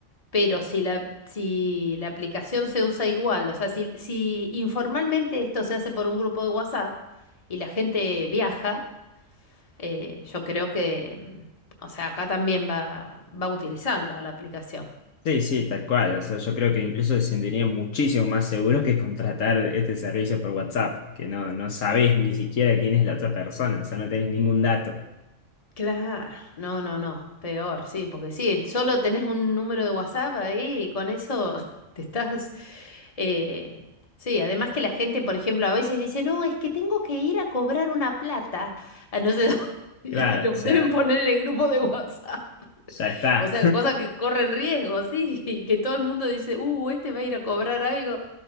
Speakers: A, on the left; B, on the left.
A: Pero si la, si la aplicación se usa igual, o sea, si, si informalmente esto se hace por un grupo de WhatsApp y la gente viaja, eh, yo creo que, mm, o sea, acá también va, va a utilizarla la aplicación.
B: Sí, sí, tal cual. O sea, yo creo que incluso se sentirían muchísimo más seguros que contratar este servicio por WhatsApp, que no, no sabés ni siquiera quién es la otra persona, o sea, no tenés ningún dato.
A: Claro, no, no, no, peor, sí, porque sí, solo tenés un número de WhatsApp ahí y con eso <laughs> te estás... eh, sí, además que la gente, por ejemplo, a veces dice, no, es que tengo que ir a cobrar una plata a no sé <laughs> dónde y
B: Claro,
A: lo
B: o
A: deben
B: sea,
A: poner en el grupo de WhatsApp.
B: ya está.
A: O sea, cosas que corren riesgo, sí, y que todo el mundo dice, uh, este va a ir a cobrar algo.